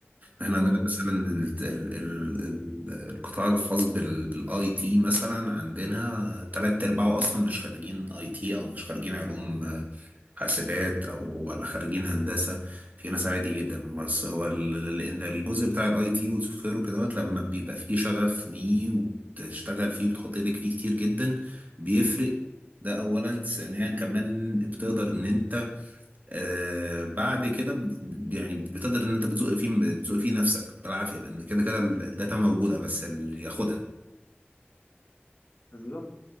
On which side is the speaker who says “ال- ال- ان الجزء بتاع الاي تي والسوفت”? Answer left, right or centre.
Right